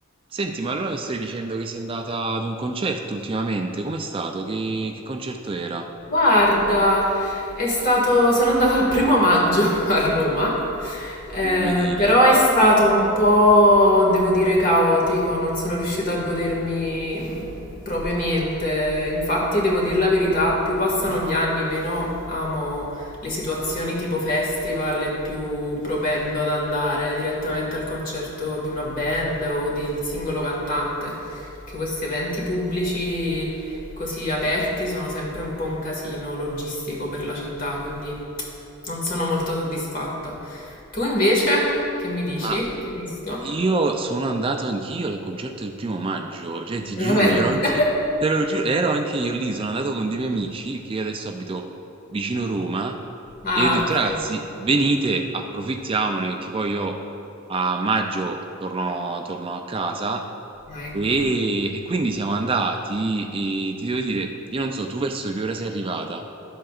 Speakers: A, on the right; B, on the left.
A: Senti, ma allora mi stai dicendo che sei andata ad un concerto ultimamente? Com'è stato? Che, che concerto era?
B: Guarda, è stato, sono andata il primo maggio <laughs> a Roma, eh,
A: Non mi dire.
B: però è stato un po', devo dire, caotico, non sono riuscita a godermi proprio niente. Infatti, devo dire la verità, più passano gli anni, meno amo le situazioni tipo festival e più propendo ad andare direttamente al concerto di una band o del singolo cantante, che questi eventi pubblici così aperti sono sempre un po' un casino logistico per la città, quindi non sono molto soddisfatta. Tu invece, che mi dici?
A: Ma
B: Che hai visto?
A: Io sono andato anch'io al concerto del primo maggio, cioè ti giuro,
B: Veramente?
A: ero anche,
B: <laughs>
A: te lo giuro, ero anche io lì, sono andato con dei miei amici che io adesso abito vicino Roma
B: Ah,
A: e io ho detto
B: ok.
A: ragazzi, venite, approfittiamone, che poi io a maggio torno, torno a casa
B: Ah, ecco.
A: e, e quindi siamo andati e ti devo dire, io non so, tu verso che ora sei arrivata?